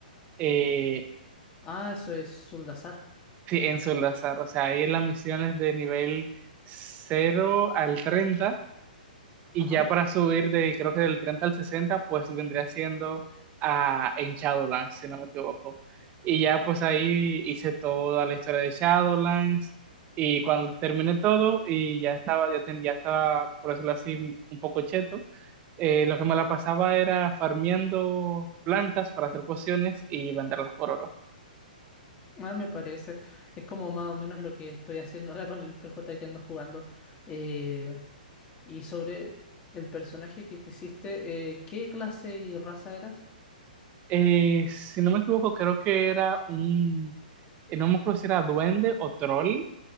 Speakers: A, on the right; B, on the left.
A: eh,
B: Ah, eso es Zuldazar.
A: sí, en Solazar, o sea, ahí en las misiones de nivel cero al treinta Y
B: Ajá.
A: ya para subir de, creo que del treinta al sesenta pues vendría siendo a, en Shadowlands, si no me equivoco. Y ya pues ahí hice toda la historia de Shadowlands. Y cuando terminé todo y ya estaba, ya, ten- ya estaba, por decirlo así, un poco cheto, eh, lo que me la pasaba era farmeando plantas para hacer pociones y venderlas por oro.
B: Ah, me parece. Es como más o menos lo que estoy haciendo ahora con el PJ que ando jugando. Eh, y sobre el personaje que te hiciste, eh, ¿qué clase y raza eras?
A: Eh, si no me equivoco, creo que era un, eh, no me acuerdo si era duende o troll,